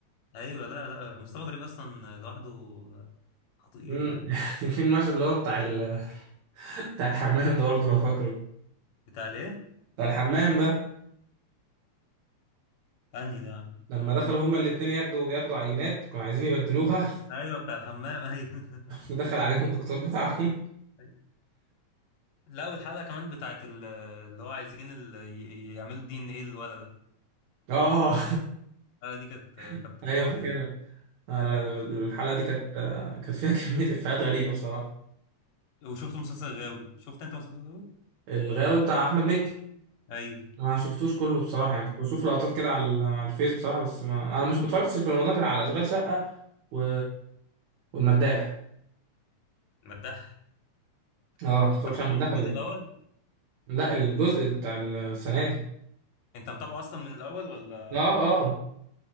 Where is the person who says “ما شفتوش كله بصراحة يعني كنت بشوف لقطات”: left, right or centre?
Right